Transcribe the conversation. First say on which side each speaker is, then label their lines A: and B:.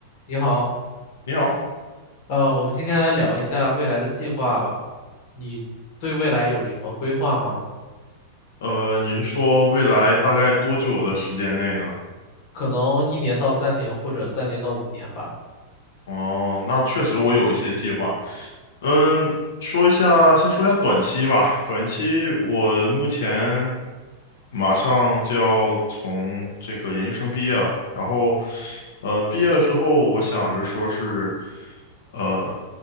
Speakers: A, on the left (about 40°); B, on the left (about 75°).
A: 你好，
B: 你好，
A: 呃，我们今天来聊一下未来的计划吧。你对未来有什么规划吗？
B: 呃，你是说未来大概多久的时间内呢？
A: 可能一年到三年，或者三年到五年吧。
B: 哦，那确实我有一些计划。嗯，说一下，先说一下短期吧。短期我目前马上就要从这个研究生毕业了，然后，呃，毕业了之后，我想着说是，呃，